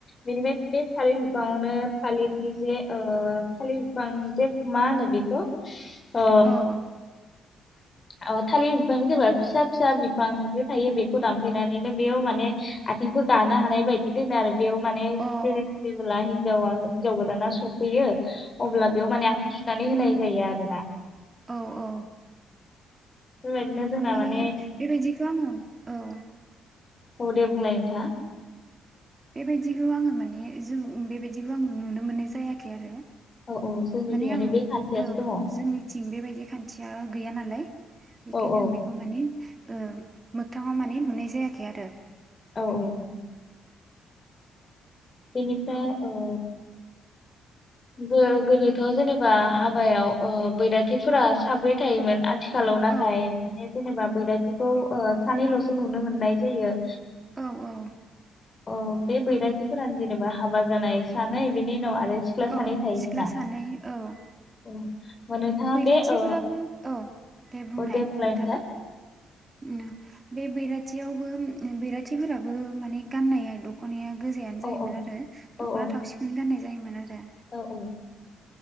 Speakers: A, on the left; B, on the right.
A: बेनिफ्राय बे थालिर बिफांङावनो थालिरनि जे ओ थालिर बिफां जे मा होनो बेखौ अ
B: औ
A: औ थालिर बिफां जेबा फिसा फिसा बिफां जे थायो बेखौ दानफैनानैनो बेयाव माने आथिंखौ गानो हानाय बायदि दोनो आरो बेयाव माने जेने
B: अ औ
A: जेबोला हौवा आरो हिन्जाव गोदाना सफैयो अब्ला बेयाव माने आथिं सुनानै होनाय जायो आरो ना
B: औ औ
A: बेबायदिनो जोंना
B: ए
A: माने
B: बेबायदिखौ आङो औ
A: औ दे बुंलाय नोंथाङा
B: बेबायदिखौ आङो माने जों बेबायदिखौ आं नुनो मोननाय जायाखै आरो
A: औ औ जोंनिखि
B: माने आं
A: बे खान्थियासो
B: औ
A: दङ
B: जोंनिथिं बेबायदि खान्थिया गैया नालाय बेखायनो
A: औ औ
B: आं बेखौ माने ओ मोगथाङाव माने नुनाय जायाखै आरो
A: औ औ बेनिफ्राय ओ गोदोथ' जेनेबा हाबायाव ओ बैराथिफोरा साब्रै थायोमोन आद थिखालाव नाथाय
B: औ
A: जेनेबा बैराथि बेखौ ओ सानैल'सो नुनो मोननाय जायो
B: औ औ
A: अ बे बैरा फोरानो जेनेबा हाबा जानाय सानै बिनि उनाव आरो सिख्ला
B: औ
A: सानै थायोमोन
B: सिख्ला
A: ना
B: सानै औ
A: औ होमबा नोंथाङा
B: बैराथिफोराबो
A: बे ओ
B: औ दे बुंनाय
A: अ, बुंलाय
B: नोंथाङा
A: नोंथां
B: ओम बे बैराथियावबो ओ बैराथिफोराबो माने गाननाया दख'नाया गोजायानो
A: औ
B: जायोमोन
A: औ
B: आरो
A: औ
B: दख'ना थावसिखौनो गाननाय जायोमोन आरो
A: औ औ